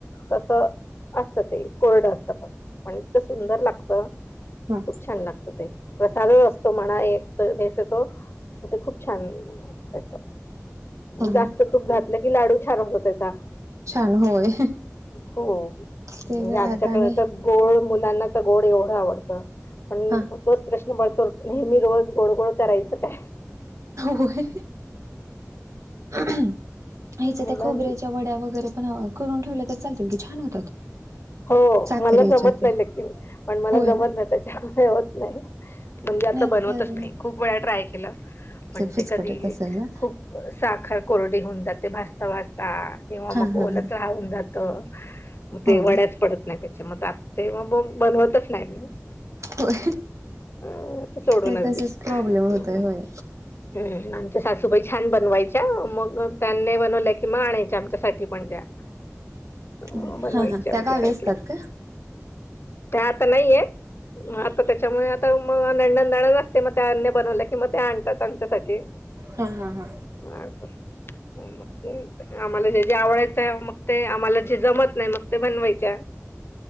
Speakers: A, on the left (about 50°); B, on the right (about 75°).
A: तस असतं ते कोरडं असतं पण पण इतकं सुंदर लागतं
B: हा
A: खूप छान लागतं ते प्रसादच असतो म्हणा एक <unintelligible> तो ते खूप छान त्याच
B: हा
A: जास्त तूप घात न की लाडू छान होतो त्याचा.
B: छान होय
A: हो म्हणजे
B: ते
A: आमच्याकडे
B: आता आणि
A: तर गोड मुलांना तर गोड एवढं आवडतं पण
B: हा
A: तो प्रश पडतो नेहमी रोज गोड गोड करायचं काय?
B: होय हेच्या
A: मुलां
B: त्या खोबऱ्याच्या वड्या वगैरे पण ह करून ठेवलं तर चालतील की छान होतात.
A: हो
B: साखरेच्या
A: मला जमत
B: ते
A: नाही लेकिन पण मला
B: होय
A: जमत
B: ना
A: नाही त्याच्यामुळे होत नाही म्हणजे आता
B: नाहीतर
A: बनवतचं नाय खूप वेळा ट्राय पण
B: फिचकटत
A: ते कधी
B: असेल ना
A: खूप साखर कोरडी हून जाते भाजता भाज किंवा मग
B: हा हा
A: ओलच
B: हा
A: राहून जात मग ते
B: हो
A: वड्याच
B: ना
A: पडत नाही त्याच्या मग आ ते मग बनवतच नाही मी
B: होय
A: अ सोडूनच
B: ते तसच
A: दिलं.
B: प्रॉब्लेम होतय होय
A: हम्म आमच्या सासूबाई छान बनवायच्या मग त्यांनी बनवल्या की म आणायच्या आमच्यासाठी पण त्या
B: हा
A: हो बनवायची
B: हा
A: आमच्यासाठी
B: त्या गावी असतात का?
A: त्या आता नाहीये म आता त्याच्यामुळे आता मग नंनद असते मग त्यांनी बनवल्या कि मग ते आणतात आमच्यासाठी.
B: हा हा हा
A: असं. मग आम्हाला जे जे आवडायचं मग ते आम्हाला जे जमत नाही मग ते बनवायच्या